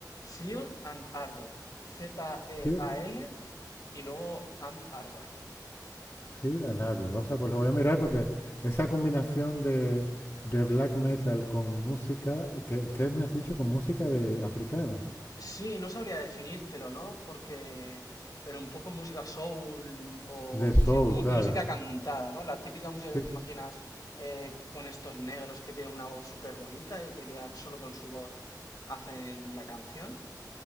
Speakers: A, on the left (about 60°); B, on the left (about 45°).
A: Zeal and Ardor, Z-E-A-L
B: Sí,
A: y luego and Ardor.
B: Sí, la Narrow. O sea, pues lo voy a mirar porque esa combinación de, de black metal con música, que, qué me has dicho? Con música de africana,
A: Sí, no sabría definírtelo, ¿no? Porque, pero un poco música soul o
B: de soul,
A: musi- mu-
B: claro.
A: música cantada, ¿no? La típica música que
B: Sí, s-
A: te imaginas eh, con estos negros que tienen una voz súper bonita y que ya solo con su voz hacen la canción.